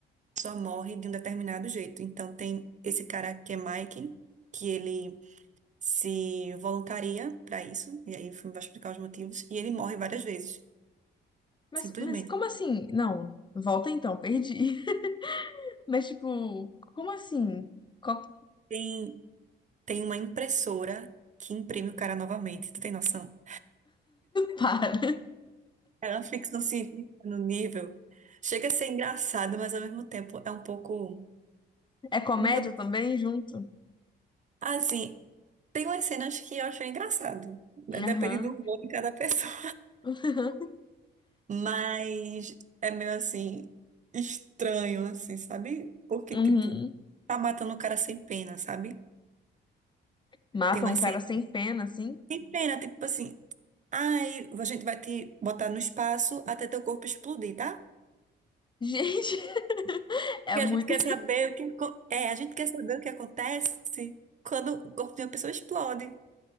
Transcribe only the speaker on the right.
pessoa morre de um determinado jeito. Então, tem esse cara que é Mike, que ele se voluntaria para isso, e aí o filme vai explicar os motivos, e ele morre várias vezes,
simplesmente.
Tem, tem uma impressora que imprime o cara novamente, tu tem noção?
É uma ficção científica no nível. Chega a ser engraçado, mas ao mesmo tempo é um pouco.
Não vou
Assim, tem umas cenas que eu acho engraçado, né?
Depende do humor de cada <laughs> pessoa.
Mas é meio assim, estranho, assim, sabe? Porque,
tipo, tá matando o cara sem pena, sabe?
Tem umas
cenas
sem pena, tipo assim, ai, a gente vai te botar no espaço até teu corpo explodir, tá?
Porque
a gente quer saber o que, co- é, a gente quer saber o que acontece quando o corpo de uma pessoa explode.